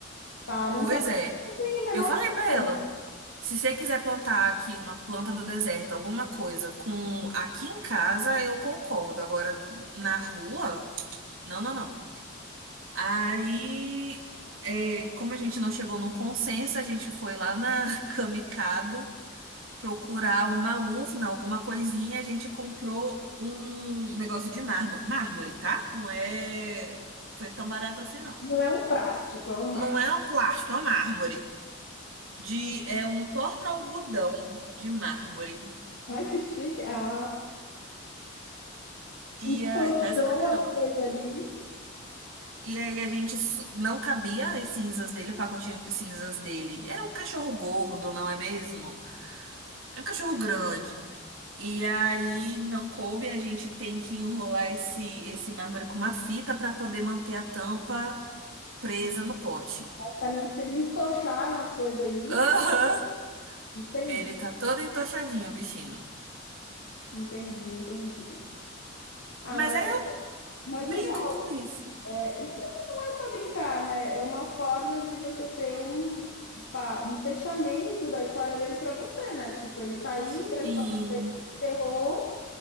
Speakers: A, on the left; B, on the right.
A: pá, num
B: Pois
A: parque,
B: é.
A: não tem o menor
B: Eu falei
A: controle.
B: pra ela, se você quiser plantar aqui uma planta do deserto, alguma coisa com aqui em casa, eu concordo. Agora, na rua, não, não, não. Aí, é, como a gente não chegou num consenso, a gente foi lá na <laughs> Camicado procurar uma urna, alguma coisinha, a gente comprou um negócio de mármore. Mármore, tá? Não é. Foi tão barato assim, não.
A: Não é um plástico, é um mar.
B: Não é um plástico, é um mármore. De... É um porta-algodão de mármore.
A: Ai, que chique. Ah,
B: E
A: entochou
B: ah, pesa pra caramba.
A: as coisas ali.
B: E aí a gente s- não cabia as cinzas dele, o pacotinho de cinzas dele. Era um cachorro gordo, não é mesmo? É um cachorro grande. E aí não coube, a gente tem que enrolar esse, esse mármore com uma fita para poder manter a tampa presa no pote.
A: Basicamente, vocês entocharam as coisas aí.
B: Aham!
A: Entendi,
B: Ele tá todo entochadinho, o bichinho.
A: entendi, entendi. Ah,
B: Mas
A: mas,
B: aí eu
A: mas
B: brinco
A: legal.
B: com isso.
A: É, não não é só brincar, né? É uma forma de você ter um, pa- um fechamento da história dele para você, né? Tipo, ele tá aí,
B: Sim.
A: a história dele se encerrou